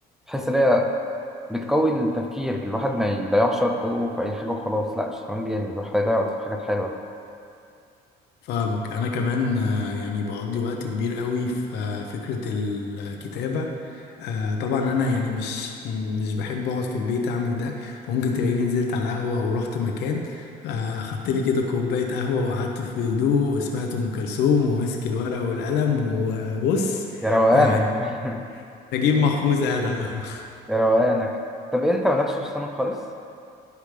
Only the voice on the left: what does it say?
فاهمك انا كمان آه، يعني بقضي وقت كبير قوي في آه، فكرة الكتابة آه، طبعا انا يعني مش مش بحب اقعد في البيت اعمل ده فممكن تلاقيني نزلت على قهوة ورحت مكان آه، خدت لي كده كوباية قهوة وقعدت في هدوء وسمعت ام كلثوم وماسك الورقة والقلم وبص
يعني
نجيب محفوظ قاعد على القهوة